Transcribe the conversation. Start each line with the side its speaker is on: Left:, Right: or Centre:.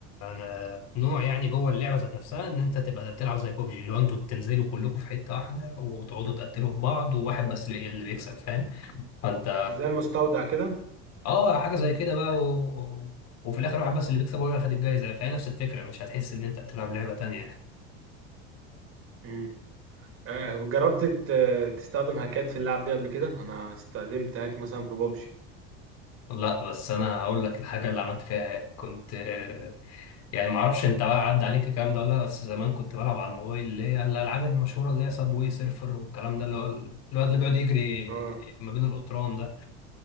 Left: آه، نوع يعني جوه اللعبه ذات نفسها ان انت تبقى بتلعب زي بوبجي اللي هو انتوا بتنزلوا كلكم في حته واحده وتقعدوا تقتلوا في بعض وواحد بس اللي اللي بيكسب فاهم فانت
Right: زي المستودع كده
Left: اه حاجه زي كده بقى و... وفي الاخر واحد بس اللي بيكسب هو اللي هياخد الجايزه فهي نفس الفكره مش هتحس ان انت بتلعب لعبه تانيه
Right: امم آه جربت ت- تستخدم هاكات في اللعب دي قبل كده انا استخدمت هاك مثلا في بابجي
Left: لا بس انا هقول لك الحاجه اللي عملت فيها إيه. كنت آه، يعني ما اعرفش انت بقى عدى عليك الكلام ده ولا لا بس زمان كنت بلعب على الموبايل اللي هي الالعاب المشهوره اللي هي سابوي سيرفر والكلام ده اللي هو ال- الواد اللي بيقعد يجري
Right: اه
Left: ما بين القطران ده